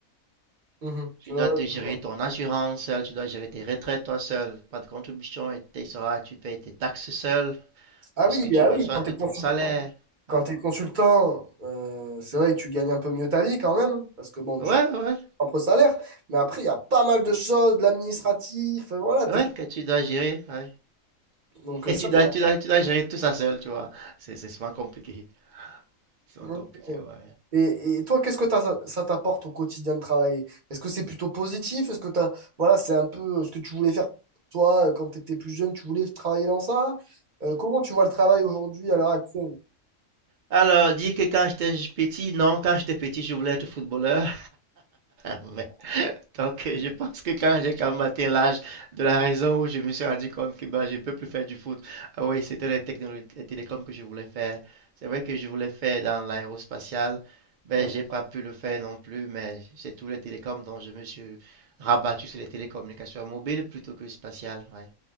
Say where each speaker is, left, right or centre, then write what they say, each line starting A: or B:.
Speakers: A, on the right; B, on the right.
A: Mhm.
B: Tu
A: Ouais,
B: dois
A: ouais.
B: te gérer ton assurance seul, tu dois gérer tes retraites toi seul. Pas de contribution, et tu seras- tu payes tes taxes seul
A: Ah
B: parce
A: oui,
B: que tu
A: ah
B: reçois
A: oui, quand t'es
B: tout
A: consul-
B: ton salaire.
A: quand
B: Ouais,
A: t'es consultant, euh, c'est vrai que tu gagnes un peu mieux ta vie quand même, parce que bon,
B: ouais,
A: tu as ton
B: ouais,
A: propre salaire, mais après, il y a pas mal de choses, de l'administratif, euh, voilà,
B: ouais,
A: t'es...
B: que tu dois gérer. ouais.
A: Donc,
B: <laughs> Et
A: euh, ça
B: tu dois, tu dois, tu dois gérer tout ça seul, tu vois. C'est, c'est souvent compliqué. C'est
A: Ok.
B: souvent compliqué, ouais.
A: Et, et toi, qu'est-ce que t'as- ça t'apporte au quotidien de travailler? Est-ce que c'est plutôt positif? Est-ce que t'as, voilà, c'est un peu ce que tu voulais faire toi euh, quand tu étais plus jeune, tu voulais travailler dans ça? Euh, comment tu vois le travail aujourd'hui à l'heure actuelle?
B: Alors, dis que quand j'étais petit, non, quand j'étais petit, je voulais être footballeur. <laughs> Donc, <laughs> euh, je pense que quand j'ai quand même atteint l'âge de la raison où je me suis rendu compte que bah, je peux plus faire du foot, ah oui, c'était les technologies, les télécoms que je voulais faire. C'est vrai que je voulais faire dans l'aérospatial, ben
A: D'accord.
B: j'ai pas pu le faire non plus, mais c'est tous les télécoms dont je me suis rabattu sur les télécommunications mobiles plutôt que spatiales. ouais.